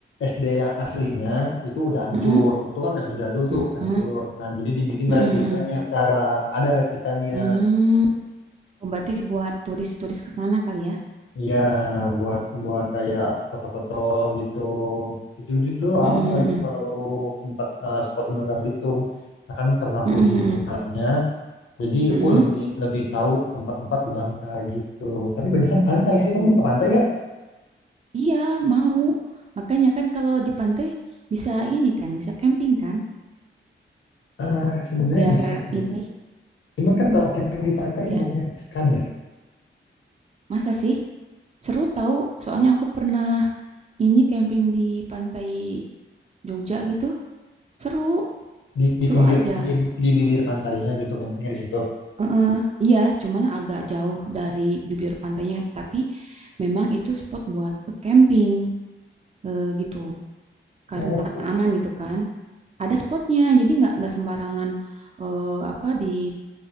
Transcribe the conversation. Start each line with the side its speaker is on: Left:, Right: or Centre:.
Left: SD yang aslinya itu udah hancur.
Right: Heeh.
Left: Itu kan SD jadul
Right: Heeh.
Left: tuh hancur. Nah, jadi dibikin
Right: Heeh,
Left: replikanya
Right: heeh.
Left: sekarang. Ada replikanya.
Right: Hmm. Oh, berarti buat turis-turis ke sana kali ya.
Left: Iya, buat buat kayak foto-foto gitu. Itu itu doang
Right: Heeh,
Left: paling
Right: heeh.
Left: kalau tempat eh, spot di Bangka Belitung. Nah, kan karena
Right: Heeh,
Left: aku di
Right: heeh.
Left: Bangkanya, jadi
Right: Heeh.
Left: aku lebih lebih tahu tempat-tempat di Bangka gitu. Tapi banyak kan pantai
Right: Oh.
Left: sih. Kamu ke pantai nggak?
Right: Iya, mau. Makanya kan kalau di pantai bisa ini kan, bisa camping kan?
Left: Ah, sebenarnya
Right: Biar
Left: bisa sih.
Right: ini
Left: Cuma kan kalau camping di pantai
Right: biar
Left: bukannya riskan ya?
Right: masa sih? Seru tahu, soalnya aku pernah Ini camping di pantai Jogja gitu, seru,
Left: di di
Right: seru
Left: pinggir
Right: aja.
Left: di di bibir pantainya gitu campingnya di situ.
Right: Heeh, iya, cuman agak jauh dari bibir pantainya, tapi memang itu spot buat eh, camping eh, gitu, karena
Left: Oh,
Right: aman gitu kan. Ada spotnya, jadi nggak nggak sembarangan eh, apa di